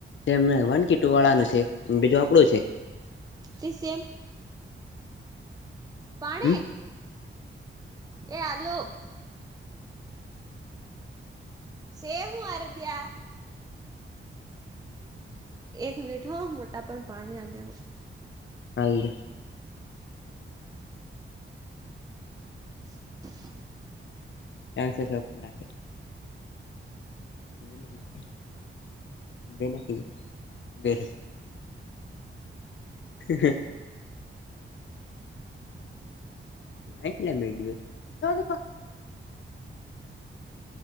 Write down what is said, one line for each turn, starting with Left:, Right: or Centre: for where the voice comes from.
Left: જેમને વન ક ટુ વાળાનું છે બીજું આપણું છે.
Right: તિ સેમ પાણી
Left: હમ
Right: એ આલુ સેવું આરધ્યા? એક મિનિટ હો મોટાપ પાણી આ
Left: હલ્દ <inaudible>
Right: <unintelligible>
Left: એનસ સોપના <inaudible> બજ ન <inaudible> બેનાખીએ બે <inaudible> એટલે મેં કીધું